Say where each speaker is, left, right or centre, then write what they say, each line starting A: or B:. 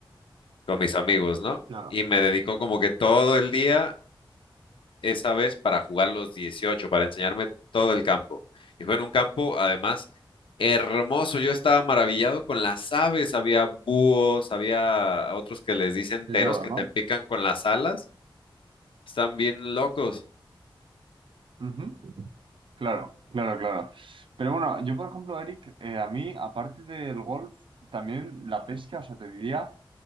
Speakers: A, on the left; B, on the right.
A: con mis amigos, ¿no?
B: claro,
A: Y me dedicó como que todo el día esa vez para jugar los 18 para enseñarme todo el campo. Y fue en un campo, además, hermoso. Yo estaba maravillado con las aves. Había búhos, había otros que les dicen
B: de
A: teros
B: todo,
A: que
B: ¿no?
A: te pican con las alas. Están bien locos.
B: Ujú, Claro, claro, claro. Pero bueno, yo por ejemplo, Eric, eh, a mí, aparte del golf, también la pesca, o sea, te diría,